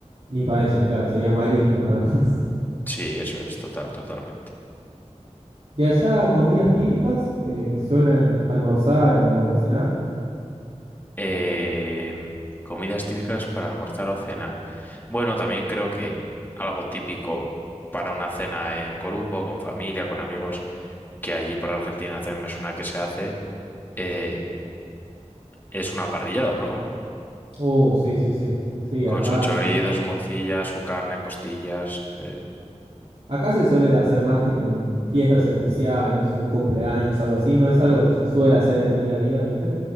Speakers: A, on the right (about 60°); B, on the left (about 15°).
A: Ni paella, claro, sería mariscos nada más. <laughs>
B: Sí, eso es, total, totalmente.
A: Y allá comidas típicas que, que suelen almorzar o, o cenar.
B: Eh, comidas típicas para almorzar o cenar. Bueno, también creo que algo típico para una cena en grupo, con familia, con amigos, que allí por Argentina también me suena que se hace, eh, es una parrillada, por ejemplo,
A: Oh, sí, sí, sí. Sí,
B: con
A: acá.
B: su chorizo, su morcilla, su carne, costillas. eh,
A: Acá se suele hacer más tipo en fiestas especiales, en un cumpleaños, algo así. No es algo que se suele hacer en el día a día, ¿viste?